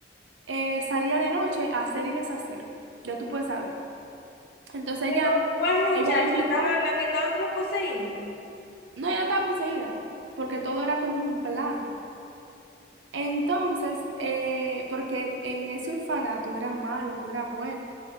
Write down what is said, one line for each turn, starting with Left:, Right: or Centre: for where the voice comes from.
Right: eh, salía de noche a hacer y deshacer. Ya tú puedes saber. Entonces
Left: Pero,
Right: ella,
Left: ¿cuál muchacha
Right: ella le invitó.
Left: estaba, la que estaba como poseída?
Right: No, ella no estaba poseída, porque todo era como un plan. Entonces, eh, porque en ese orfanato era malo, no era bueno.